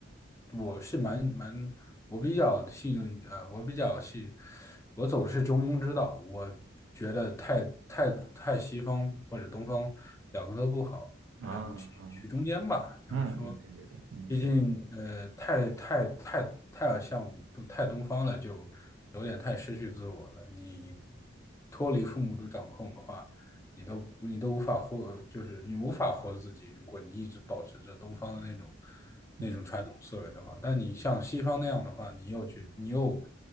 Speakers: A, on the left (about 15°); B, on the right (about 75°).
A: 我是蛮蛮，我比较信任，呃，我比较信，我走的是中庸之道，我觉得太太太西方或者东方两个都不好，
B: 啊啊
A: 两个取取中间吧，就是说，
B: 嗯嗯，对对对，嗯，
A: 毕竟呃，
B: 是的，
A: 太太太太像东太东方了，就有点太失去自我了，你脱离父母的掌控的话。你都你都无法获，就是你无法活自己。如果你一直保持着东方的那种那种传统思维的话，
B: 嗯
A: 但你像西方那样的话，你又去，你又